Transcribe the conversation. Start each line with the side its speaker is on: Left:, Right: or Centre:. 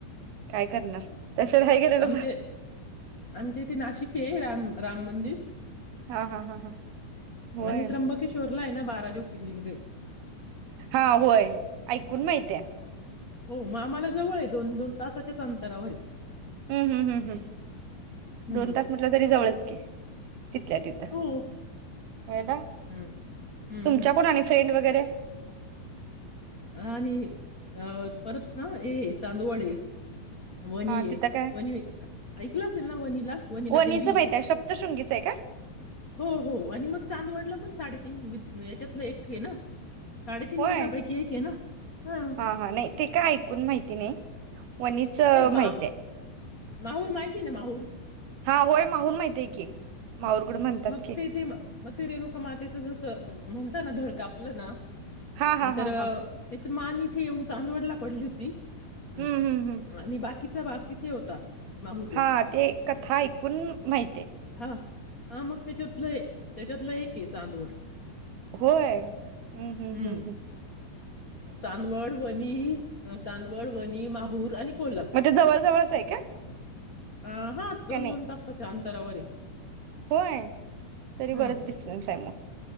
Right: काय करणार? तस नाही गेलेलं
Left: आमचे
Right: ब
Left: आमच्या इथे नाशिक आहे राम राम मंदिर
Right: हा हा हा हा होय
Left: आणि त्र्यंबकेश्वर तिथं नाही ना बारा ज्योतीलिंग आहे
Right: हा होय ऐकून माहित आहे
Left: हो म आम्हाला जवळ आहे दोन दोन तासाच्याच अंतरावर
Right: हूं हूं हूं
Left: हम्म
Right: दोन तास म्हटलं तरी जवळच की तिथल्या तिथं.
Left: हो
Right: होय दा
Left: हम्म हम्म
Right: तुमच्या
Left: हम्म
Right: कोण आणि फ्रेंड वगैरे. <inaudible>
Left: आणि अ परत ना हेच. चांदवड ये वणी
Right: हा
Left: ये
Right: तिथं काय
Left: वणी आइकल असेल न वनिला वणीला
Right: वणीचं
Left: देवी
Right: माहित
Left: हे,
Right: आहे सप्तशृंगीचं आहे का
Left: हो आणि मग चांदवड पण साडे वित न याच्यातलं एक हे ना? साडेतीन
Right: होय
Left: पिठापैकी एक. ना? हां.
Right: हा हा नाही ते काय ऐकून माहिती नाही. वणीच माहित
Left: मा
Right: आहे
Left: माहूर माहिती ना माहूर.
Right: हा होय माहून माहितेय की. माहूरगड म्हणतात
Left: म
Right: की
Left: तेथे म ते रेणुका मातेचं जसं म्हणताना धड कापलं ना
Right: हा हा
Left: तर
Right: हा हा
Left: ते मान इथे येऊन चांदवडला पडली होती. अ
Right: हम्म हम्म हम्म
Left: आणि बाकीचा भाग तिथे होता. माहूरला.
Right: हा ते कथा ऐकून माहितेय.
Left: हां. हां मग त्याच्यात त्याच्यातलं एकय चांदवड.
Right: होय हुं हुं
Left: हं.
Right: हुं!
Left: चांदवड वनी ह चांदवड वनी माहूर आणि कोल्हापूर.
Right: म ते जवळ जवळच आहे का?
Left: अह
Right: का
Left: दोन
Right: नाही
Left: दोन तासाच्या अनं तरावर ये!
Right: होय तरी
Left: हं,
Right: बराच डिस्टर्न्स आहे म.